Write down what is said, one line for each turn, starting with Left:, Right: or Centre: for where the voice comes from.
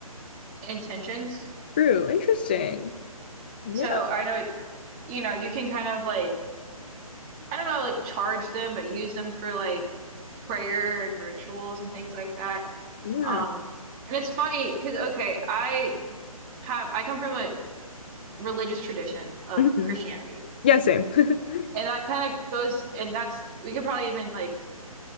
Right: intentions.
Left: True. Interesting. Yeah.
Right: So I know, you know, you can kind of like I don't know, like charge them, but use them for like prayer and rituals and things like that.
Left: Yeah.
Right: Um, and it's funny because okay, I have I come from a religious tradition of
Left: hmm
Right: Christianity.
Left: Yeah, same. <laughs>
Right: And that kind of goes, and that's, we could probably even like